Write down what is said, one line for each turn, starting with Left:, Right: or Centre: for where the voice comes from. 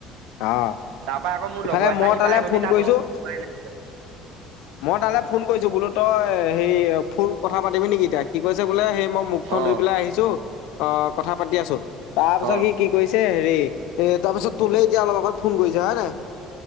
Left: অ
Right: তাৰ পৰা আকৌ মোৰ
Left: ইফালে
Right: লগৰ এটা
Left: মই
Right: আহি
Left: তালে
Right: পাই গলহি,
Left: ফোন
Right: তাৰ
Left: কৰিছো
Right: দ কমাই নাই
Left: মই তালে ফোন কৰিছো, বোলো তই হে ফোন কথা পাতিবি নেকি এতিয়া? সি কৈছে বোলে সেই মই মুখখন
Right: অ'
Left: ধুই পেলাই আহিছো। অ, কথা পাতি আছো। তাৰ পিছত
Right: অ'
Left: সি কি কৰিছে এ তাৰপিছত তোলে এতিয়া অলপ আগত ফোন কৰিছে। হয় নে নাই?